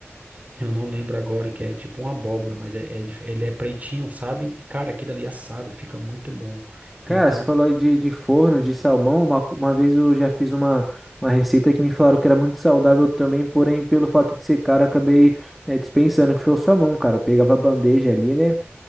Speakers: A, on the right; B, in the centre.
A: eu não lembro agora, que é tipo uma abóbora, mas é, é dif- ele é pretinho, sabe? E cara, aquele ali assado fica muito bom.
B: Cara,
A: Então,
B: você falou aí de, de forno, de salmão. Uma, uma vez eu já fiz uma, uma receita que me falaram que era muito saudável também, porém, pelo fato de ser caro, eu acabei, né, dispensando, que foi o salmão, cara. Eu pegava a bandeja ali, né?